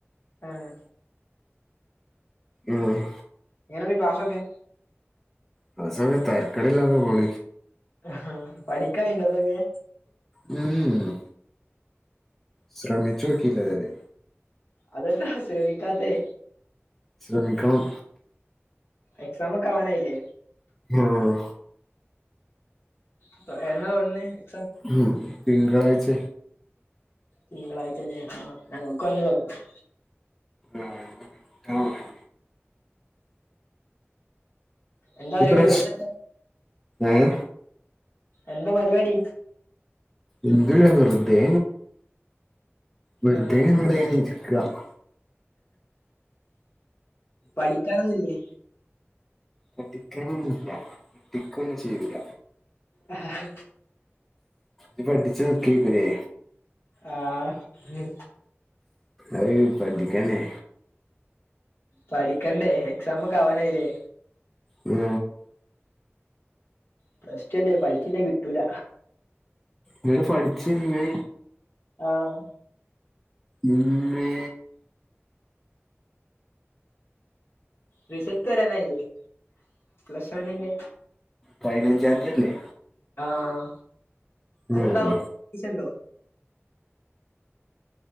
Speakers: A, on the left (about 60°); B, in the centre.
A: ആഹ്
B: ആഹ്
A: എങ്ങന ക്ലസ് ക്കെ
B: ക്ലാസൊക്കെ തെരക്കടി ലാതെ പോണ
A: ആഹ് പഠിക്ക യ്യ് ണ്ടോ അതൊക്കെ
B: ഉമ് ശ്രമിച്ചു നോക്കില്ല ത് വരെ
A: അതെന്താ ശ്രമിക്കാതെ
B: ശ്രമിക്കണം
A: എക്സാമക്കെ ആവാനായില്ലേ
B: ആഹ്
A: അപ്പൊ എന്നാ <unintelligible>
B: ഉം തിങ്കളാഴ്ച
A: തിങ്കളാഴ്ചല്ലേ ആഹ് ഞങ്ങൾക്ക് അന്ന തുടങ്ങുന്നെ
B: ആഹ് ആഹ്
A: എന്താ പരിപാടി
B: ഇത്ര
A: വെറുതെരിക്കാ
B: ഏ
A: എന്താ പരിപാടി
B: എന്ല്ല വെറുതെ വെറുതെ
A: ആഹ്
B: <unintelligible>
A: പഠിക്കാനൊന്നില്ലേ
B: പഠിക്കാനില്ല പട്ടിക്കൊ ഒന്നും ചെയ്തില്ല
A: അഹ്
B: ഇ പഠിച്ച കേക്കനേ
A: ആഹ്
B: അത് പഠിക്കാനേ
A: പഠിക്കണ്ടേ എക്സാംമ ഒക്കെ അവനായില്ലേ
B: ഓ
A: പ്ലസ് ടു അല്ലേ പഠിച്ചില്ല കിട്ടൂല
B: <unintelligible> പഠിച്ചിന്ന്
A: ആഹ
B: ഉം ഇമ്മേ
A: റിസൾട്ട് വരാനായില്ലേ പ്ലസ് വണ്ണിന്റെ
B: പതിനഞ്ചാംതില്ലേ
A: ആഹ അതെന്താവുംണ്ടോ
B: ഉം